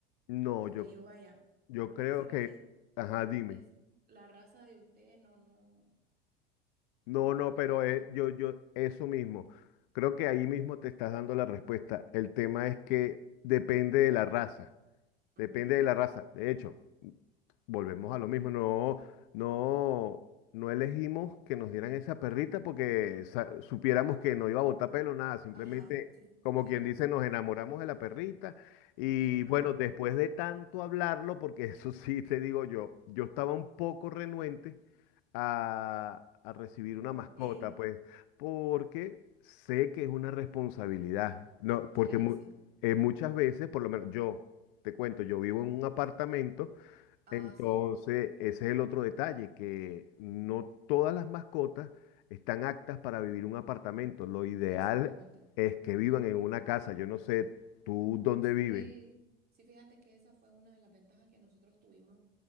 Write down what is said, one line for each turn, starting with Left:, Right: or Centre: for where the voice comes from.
Left: No,
Right: donde
Left: yo,
Right: yo vaya.
Left: yo
Right: ¿Por
Left: creo
Right: qué será
Left: que,
Right: que
Left: ajá, dime.
Right: es la raza de usted no, no,
Left: No,
Right: no bota
Left: no,
Right: tanto
Left: pero
Right: pelo?
Left: eh, yo, yo, eso mismo. Creo que ahí mismo te estás dando la respuesta. El tema es que depende de la raza.
Right: Ujú.
Left: Depende de la raza. De hecho, Volvemos a lo mismo, no, no, no elegimos que nos dieran esa perrita porque sa- supiéramos que no iba a botar pelo, nada, simplemente,
Right: Ajá, sí,
Left: como
Right: sí,
Left: quien dice, nos enamoramos de la perrita. Y
Right: sí, me imagino.
Left: bueno, después de tanto hablarlo, porque <laughs> eso sí te digo yo, yo estaba un poco renuente a, a recibir una
Right: ¿Por
Left: mascota,
Right: qué?
Left: pues, porque sé que es una responsabilidad, no, porque
Right: Sí,
Left: mu-
Right: sí.
Left: eh, muchas veces, por lo menos yo, te cuento, yo vivo en un apartamento.
Right: Ah,
Left: Entonces,
Right: sí,
Left: ese es el otro detalle, que no todas las mascotas están aptas para vivir en un apartamento. Lo ideal
Right: exactamente.
Left: es que vivan en una casa. Yo no sé, ¿tú dónde vives?
Right: Sí, sí, fíjate que esa fue una de las ventajas que nosotros tuvimos